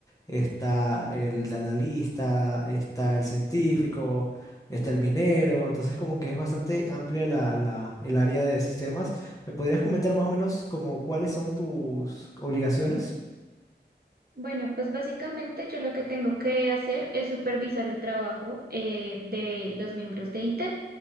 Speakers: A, on the left (about 20°); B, on the right (about 55°).
A: está el analista, está el científico, está el minero, entonces como que es bastante amplia la, la- el área de sistemas. ¿Me podrías comentar más o menos como cuáles son tus obligaciones?
B: Bueno, pues básicamente yo lo que tengo que hacer es supervisar el trabajo eh, de los miembros de IT.